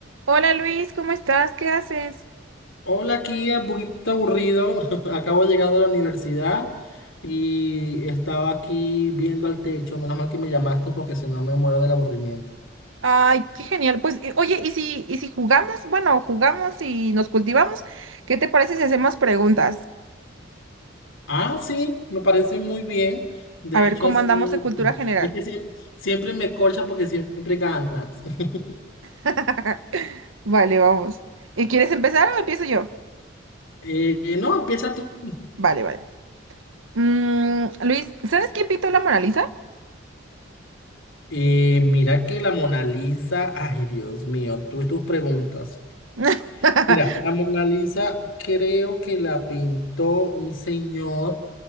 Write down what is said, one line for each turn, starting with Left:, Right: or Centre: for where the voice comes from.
Right: Hola Luis, ¿cómo estás? ¿Qué haces?
Left: Hola, aquí un poquito aburrido. <laughs> Acabo de llegar de la universidad y estaba aquí viendo al techo. Menos mal que me llamaste porque si no me muero del aburrimiento.
Right: Ay, qué genial. Pues, y- oye, ¿y si, y si jugamos? Bueno, jugamos y nos cultivamos. ¿Qué te parece si hacemos preguntas?
Left: Ah, sí, me parece muy bien. De
Right: A ver
Left: hecho,
Right: cómo
Left: así
Right: andamos de cultura
Left: <laughs>
Right: general.
Left: es que siempre, siempre me colcha porque siempre ganas. <laughs>
Right: <laughs> Vale, vamos. ¿Y quieres empezar o empiezo yo?
Left: Eh, no, empieza tú.
Right: Vale, vale. Mm, Luis, ¿sabes quién pintó la Mona Lisa?
Left: Eh, mira que la Mona Lisa, ay Dios mío, tú y tus preguntas.
Right: <laughs>
Left: Mira, la Mona Lisa creo que la pintó un señor.